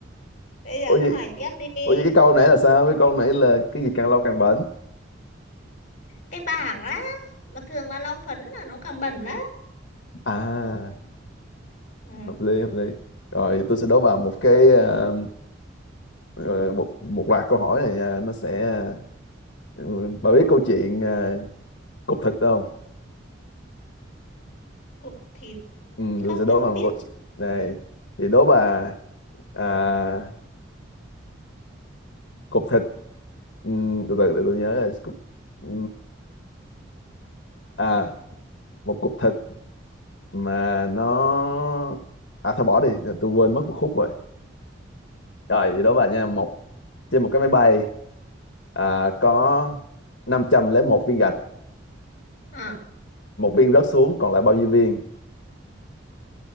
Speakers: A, on the left; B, on the left.
A: Bây giờ
B: ủa
A: ông
B: vậy
A: hỏi tiếp đi.
B: ủa vậy cái câu nãy là sao cái câu nãy là cái gì càng lâu càng bẩn
A: Cái bảng á, mà thường là lau phấn là nó càng bẩn á.
B: à
A: Ừ,
B: hợp lý hợp lý rồi tôi sẽ đố bà một cái à, Ờ, một một loạt câu hỏi này à, nó sẽ ừ, bà biết câu chuyện à, cục thịt không
A: cục thịt.
B: ừ,
A: Ừ,
B: tôi
A: Không,
B: sẽ đố
A: tôi
B: bà
A: không
B: một
A: biết.
B: câu chuyện này thì đố bà à, cục thịt ừ, từ từ để tôi nhớ là cục, ừ, à một cục thịt mà nó à thôi bỏ đi tôi quên mất một khúc rồi rồi thì đố bà nha một trên một cái máy bay à, có năm trăm lẻ một viên gạch
A: À,
B: một viên rớt xuống còn lại bao nhiêu viên